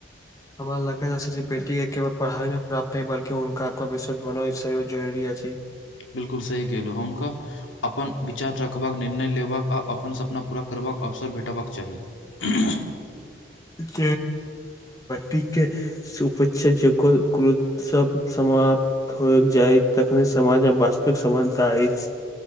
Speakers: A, on the left; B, on the left.
A: हमरा लगैत अछि जे बेटी के केवल पढ़ाई प्राप्त ह बल्कि हुनका आत्मविश्वास बना जरुररी अछि।
B: बिलकु सही केलहु हुनका। अपन विचार रखबाक निर्णय लेबाक आ अपन सपना पूरा करबाक अवसर भेटबाक चाही। <inaudible>
A: <unintelligible> टीके। <unintelligible> जे कुल कुल सब समाप खोल जाय तखने समाज आ वास्तविक समानता आईत